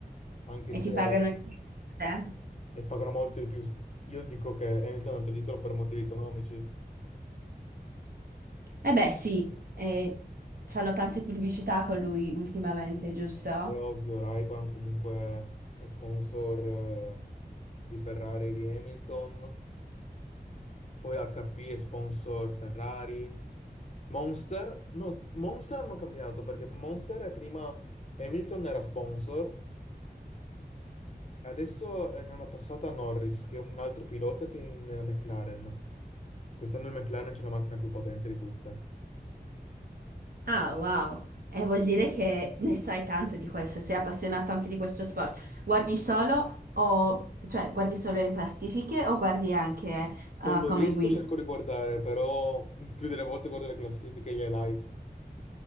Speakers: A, on the left (about 45°); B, on the right (about 60°).
A: anche
B: E
A: se
B: ti pagano il te? Eh
A: e pagano molto di più. Io dico che Hamilton è andato lì solo per motivi economici.
B: Eh, beh, sì, eh, fanno tante pubblicità con lui ultimamente, giusto?
A: È ovvio, Ray-Ban comunque è sponsor eh, di Ferrari e di Hamilton, poi HP è sponsor Ferrari. Monster, no, Monster hanno cambiato perché Monster è prima Hamilton era sponsor Adesso eh, ne hanno passata a Norris, che è un altro pilota che è in eh, McLaren. Quest'anno il McLaren c'è la macchina più potente di tutte.
B: Ah, wow. Eh, vuol dire che ne sai tanto di questo, sei appassionato anche di questo sport. Guardi solo o, cioè, guardi solo le classifiche o guardi anche
A: Quando
B: eh, come
A: riesco
B: guida?
A: cerco di guardare, però mm, più delle volte guardo le classifiche e gli highlights.